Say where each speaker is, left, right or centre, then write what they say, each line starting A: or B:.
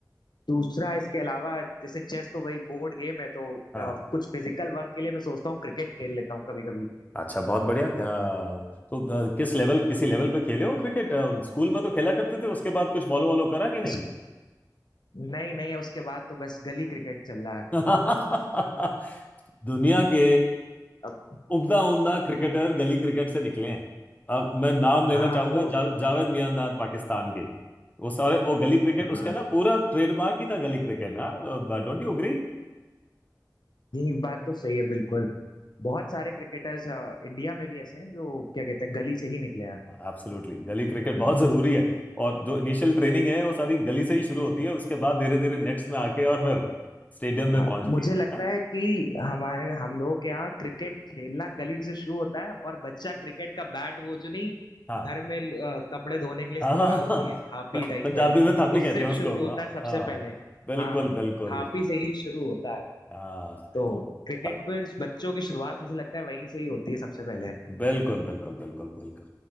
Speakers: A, on the left; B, on the left.
A: दूसरा इसके अलावा जैसे चेस तो वही बोर्ड गेम है तो
B: हाँ।
A: अ, कुछ फिजिकल वर्क के लिए मैं सोचता हूँ क्रिकेट खेल लेता हूँ कभी कभी
B: अच्छा बहुत बढ़िया अ, तो अ, किस लेवल किसी लेवल पे खेले हो क्रिकेट अ, स्कूल में तो खेला करते थे उसके बाद कुछ फॉलो वॉलो करा कि नहीं
A: इस नहीं नहीं उसके बाद तो बस गली क्रिकेट चल रहा है
B: <laughs> दुनिया
A: हाँ।
B: के
A: अब
B: उम्दा उम्दा क्रिकेटर गली क्रिकेट से निकले हैं अब मैं नाम लेना
A: हाँ
B: चाहूंगा
A: वो
B: जा, जावेद मियांदाद पाकिस्तान के वो सारे वो गली क्रिकेट
A: हाँ
B: उसका ना पूरा ट्रेडमार्क ही था गली क्रिकेट ना Don't you agree
A: ये बात तो सही है बिल्कुल बहुत सारे क्रिकेटर्स इंडिया में भी ऐसे हैं जो क्या कहते हैं गली से ही निकले हैं
B: एब्सोल्युटली गली क्रिकेट
A: तो
B: बहुत जरूरी है और जो इनिशियल ट्रेनिंग है वो सारी गली से ही शुरू होती है उसके बाद धीरे धीरे नेट्स में आके और फिर स्टेडियम में
A: हाँ,
B: पहुंचती
A: मुझे
B: है
A: लगता
B: हाँ
A: है कि हमारे हम लोगों के यहाँ क्रिकेट खेलना गली से शुरू होता है और बच्चा क्रिकेट का बैट वो जो नहीं
B: हाँ
A: घर में अ, कपड़े धोने के लिए इस्तेमाल
B: हाँ हाँ,
A: होती
B: हाँ।
A: है थापी
B: प-
A: डाइपल
B: पंजाबी में थापी
A: उससे
B: कहते हैं उसको
A: शुरू होता
B: हाँ
A: है सबसे
B: हाँ
A: पहले
B: बिल्कुल
A: हाँ
B: बिल्कुल
A: थापी से ही शुरू होता है
B: हाँ
A: तो क्रिकेट
B: हाँ,
A: पे बच्चों की शुरुआत मुझे लगता है वहीं से ही होती है सबसे पहले
B: बिल्कुल बिल्कुल बिल्कुल बिल्कुल